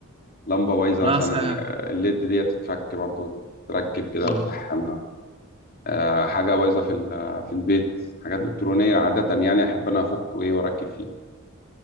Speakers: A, on the left; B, on the right.
A: لمبة بايظة
B: لا
A: مثلا
B: أصل
A: آه، الليد ديت تتفك برضه وتتركب كده
B: مم.
A: وتلحمها آه، حاجة بايظة في ال- في البيت حاجات إلكترونية عادة يعني أحب أنا أفك وإيه وأركب فيها